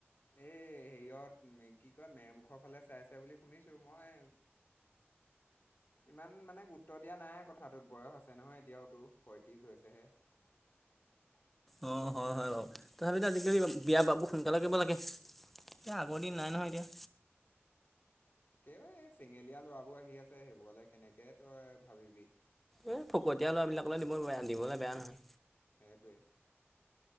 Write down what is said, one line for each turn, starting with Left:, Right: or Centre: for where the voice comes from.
Left: এ হেৰিয়ত কি কয় মেৰমুখৰ ফালে চাইছে বুলি শুনিছো মই ইমান মানে গুৰুত্ব দিয়া নাই কথাটোত বয়স আছে নহয় এতিয়াওতো পয়ত্ৰিশ হৈছেহে। <unintelligible>
Centre: অ হয় হয় বাৰু, তথাপিতো আজিকালি বিয়া বাবু সোনকালে কৰিব লাগে। এতিয়া আগৰ দিন নাই নহয় এতিয়া।
Left: ত এই চেঙেলীয়া লৰাবোৰ আহি আছে, সেইবোৰলে কেনেকে তই ভাবিবি।
Centre: এই ফকতীয়া ল'ৰাবিলাকলৈ দিব দিবলৈ বেয়া নহয়।
Left: সেইটোৱেই।